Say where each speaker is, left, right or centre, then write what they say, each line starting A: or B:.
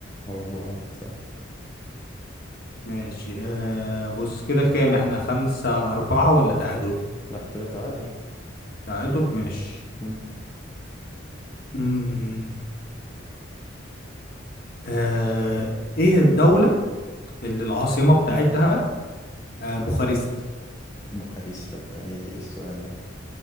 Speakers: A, on the left; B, on the left.
A: هو آه، صح
B: ماشي آه بص كده كام احنا خمسة أربعة ولا تعادل
A: لا كده تعادل
B: تعادل ماشي
A: مم.
B: مم. آه ايه الدولة اللي العاصمة بتاعتها آه بوخارست
A: بوخارست انت ايه إيه السؤال ده